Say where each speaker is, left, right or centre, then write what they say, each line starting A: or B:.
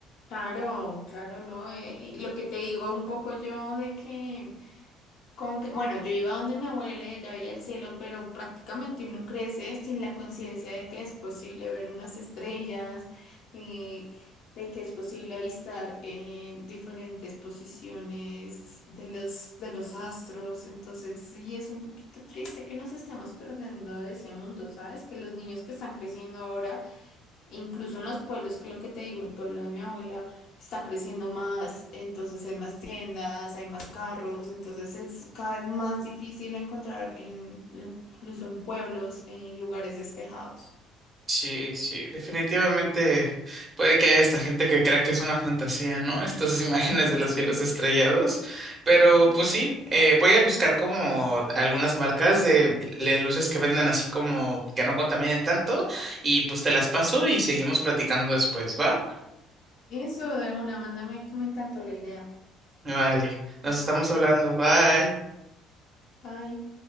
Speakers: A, on the left; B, on the right.
A: Claro, claro, ¿no? Eh, y lo que te digo un poco yo de que, como que, bueno, yo iba donde mi abuela y allá veía el cielo, pero prácticamente uno crece sin la conciencia de que es posible ver unas estrellas, eh, de que es posible avistar eh, diferentes posiciones de los, de los astros. Entonces, sí, es un poquito triste que nos estemos perdiendo de ese mundo, ¿sabes? Que los niños que están creciendo ahora E Incluso en los pueblos, que es lo que te digo, el pueblo de mi abuela está creciendo más, entonces hay más tiendas, hay más carros, entonces es cada vez más difícil encontrar en, lu- incluso en pueblos, en lugares despejados. <laughs>
B: Sí, sí, definitivamente puede que haya esta gente que crea que es una fantasía, ¿no? Estas <laughs> imágenes de
A: Sí,
B: los cielos estrellados, pero
A: total.
B: pues sí, eh, voy a buscar como algunas marcas de, le- luces que vendan así como que no contaminen tanto y pues te las paso y seguimos platicando después, ¿va?
A: Eso de una, mándame que me encantó la idea.
B: Vale, nos estamos hablando, bye.
A: Ay.